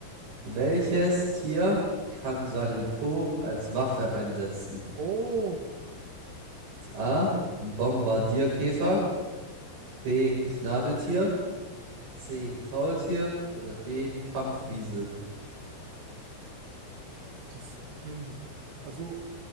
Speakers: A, on the right (about 65°); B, on the right (about 80°).
A: Welches Tier kann seinen Po als Waffe einsetzen?
B: Oh,
A: A. Bombardierkäfer. B. Schnabeltier. C. Faultier. Oder D. Kampfwiesel.
B: das. Hm. Also,